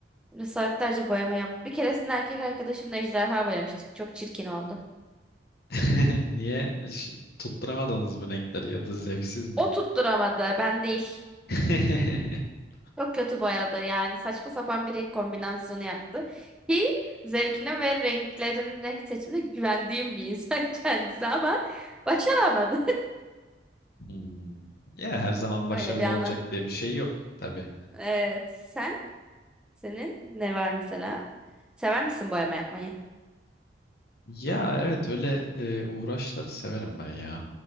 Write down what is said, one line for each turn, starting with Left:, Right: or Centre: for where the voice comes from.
Centre: saatlerce boyama yap. Bir keresinde erkek arkadaşımla ejderha boyamıştık. Çok çirkin oldu.
Left: <laughs> Niye Hiç tutturamadınız mı renkleri ya da zevksiz mi?
Centre: O tutturamadı, ben değil.
Left: <laughs>
Centre: Çok kötü boyadı yani saçma sapan bir renk kombinasyonu yaptı. Ki zevkine ve renklerin renk seçimine güvendiğim bir insan <laughs> kendisi ama başaramadı.
Left: Hmm. Ya her zaman başarılı
Centre: Öyle bir
Left: olacak
Centre: anı.
Left: diye bir şey yok tabii.
Centre: Evet. Sen? Senin ne var mesela? Sever misin boyama yapmayı?
Left: Ya evet öyle e, uğraşları severim ben ya.